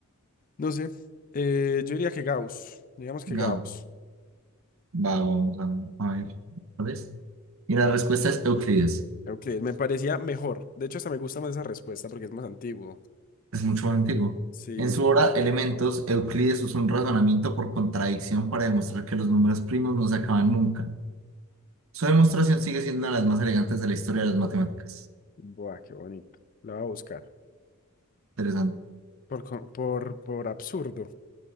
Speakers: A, on the left; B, on the right.
A: no sé. Eh, yo diría que Gauss, digamos que
B: Gabo,
A: Gauss.
B: va, vamos a, a ver. ¿Cuál es? Y la respuesta es Euclides.
A: Euclides, me parecía mejor. De hecho, hasta me gusta más esa respuesta porque es más antiguo.
B: Es mucho más antiguo.
A: Sí.
B: En su obra Elementos, Euclides usó un razonamiento por contradicción para demostrar que los números primos no se acaban nunca. Su demostración sigue siendo una de las más elegantes de la historia de las matemáticas.
A: Buah, qué bonito. La voy a buscar.
B: Interesante.
A: Por, co- por, por absurdo.